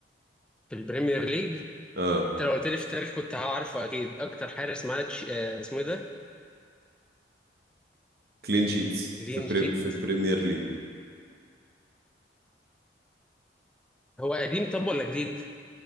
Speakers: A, in the centre; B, on the right.
A: في البريمير ليج
B: اه
A: أنت لو قلت لي في التاريخ كنت هعرفه أكيد أكتر حارس معاه تش- آه، اسمه إيه ده؟
B: كلين شيتس
A: لين
B: في
A: شيت
B: بريم في البريمير ليج
A: هو قديم طب ولا جديد